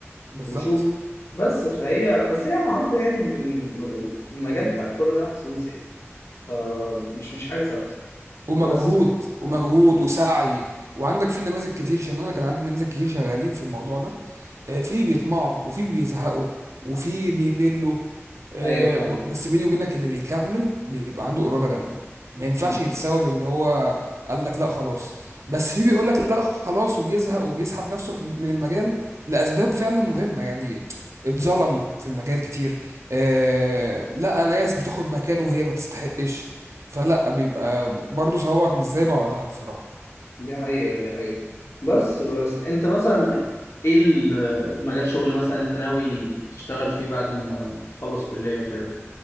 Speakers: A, on the right; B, on the left.
A: بالظبط
B: وشوف بس فهي بس هي معروفه يعني ان الم- المجال بتاع الكوره ده حظوظ يعني فمش مش حاجه ثابته
A: ومجهود
B: بس مم.
A: ومجهود وسعي وعندك في نماذج كتير عشان انا كان عندي نماذج كتير شغالين في الموضوع ده آه، في بيطمعوا وفي بيزهقوا وفي بيملوا آه،
B: ايوه فاهمك
A: و- بس بيني وبينك اللي بيكمل بيبقى عنده إرادة جامدة ما ينفعش
B: مم.
A: يتساوى باللي هو قال لك لا خلاص بس في بيقول لك لا خلاص وبيزهق وبيسحب نفسه في- من المجال لأسباب فعلا مهمة يعني اتظلم في المجال كتير آه لا ناس بتاخد مكانه وهي ما تستحقش فلا بيبقى برضه صوابعك مش زي بعضها بصراحة
B: دي حقيقه دي حقيقه بس بس انت مثلا ايه ال- مجال شغل مثلا انت ناوي تشتغل فيه بعد ما تخلص كليه وكده